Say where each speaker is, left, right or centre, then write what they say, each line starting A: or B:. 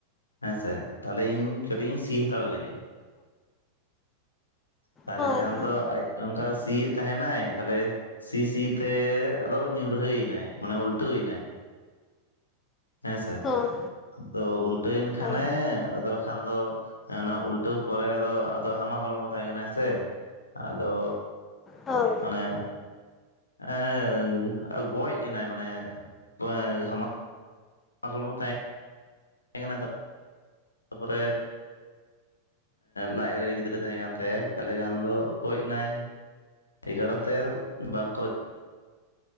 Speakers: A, on the left; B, on the left.
A: ᱦᱮᱸᱥᱮ ᱛᱟᱦᱚᱞᱮ ᱤᱧ ᱠᱟᱹᱴᱤᱡ ᱤᱧ ᱥᱤ ᱦᱟᱛᱟᱲ ᱞᱮᱜᱮ ᱛᱟᱦᱞᱮ
B: ᱦᱳᱭ
A: ᱠᱷᱟᱱ
B: ᱦᱳᱭ
A: ᱫᱚ ᱟᱡ ᱚᱱᱠᱟ ᱥᱤᱭᱮᱫ ᱛᱟᱦᱮᱱᱟᱭ ᱛᱟᱦᱚᱞᱮ ᱥᱤ ᱥᱤ ᱛᱮ ᱟᱫᱚ ᱧᱩᱨᱦᱟᱹᱭ ᱮᱱᱟᱭ ᱢᱟᱱᱮ ᱩᱞᱴᱟᱹᱣ ᱱᱟᱭ ᱦᱮᱸ ᱥᱮ
B: ᱦᱳᱭ
A: ᱟᱫᱚ ᱩᱞᱴᱟᱹᱭᱮᱱ ᱠᱷᱟᱱᱮ
B: ᱦᱳᱭ
A: ᱟᱫᱚ ᱠᱷᱟᱱ ᱫᱚ ᱚᱱᱟ ᱩᱞᱴᱟᱹᱣ ᱯᱚᱨᱮ ᱟᱫᱚ ᱟᱫᱚ ᱦᱟᱢᱟᱞ ᱦᱚᱲᱢᱚ ᱛᱟᱦᱮᱸ ᱠᱟᱱᱟᱭ ᱥᱮ ᱟᱫᱚ
B: ᱦᱳᱭ
A: ᱢᱟᱱᱮ ᱮᱸ ᱜᱚᱡ ᱮᱱᱟᱭ ᱢᱟᱱᱮ <unintelligible> <unintelligible> ᱛᱟᱦᱮᱸ ᱮᱱᱟ <unintelligible> ᱫᱚ ᱛᱟᱯᱚᱨᱮ ᱞᱟᱡ ᱨᱮ ᱜᱤᱫᱽᱨᱟᱹ ᱛᱟᱦᱮᱸᱠᱟᱱ ᱛᱟᱭᱟᱭ ᱛᱟᱦᱚᱞᱮ ᱠᱷᱟᱱ ᱫᱚ ᱜᱚᱡ ᱮᱱᱟᱭ ᱮ ᱠᱟᱨᱚᱱ ᱛᱮ ᱵᱟᱝᱠᱚ